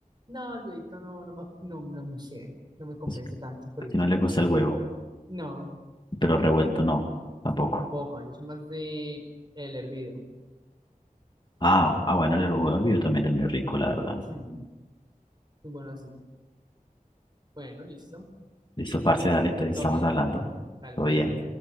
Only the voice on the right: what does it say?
No, el huevito no, no, me- no, no, me sé, no me convence
tanto frito.
No,
tampoco, yo soy más de el hervido.
Hmm, Muy bueno así. Bueno, listo.
Todo
bien,
tal
vez.